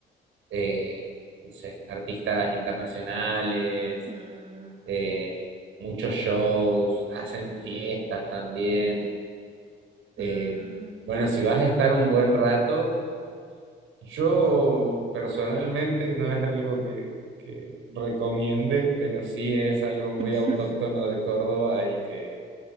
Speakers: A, on the right; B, on the right.
A: eh, no sé, artistas internacionales,
B: Ah,
A: eh, muchos shows, hacen fiestas también. Eh,
B: ah.
A: bueno, si vas a estar un buen rato, yo personalmente no es algo que, que recomiende, pero sí es algo muy
B: <laughs>
A: autóctono de Córdoba y que,